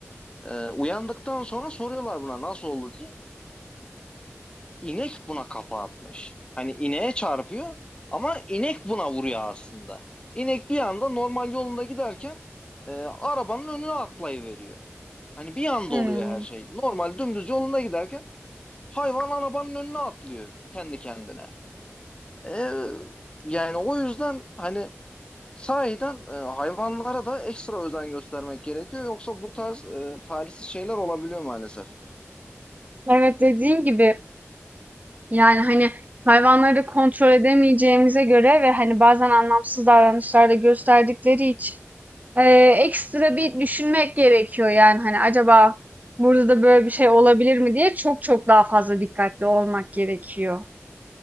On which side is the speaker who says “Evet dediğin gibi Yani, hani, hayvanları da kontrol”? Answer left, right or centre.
Right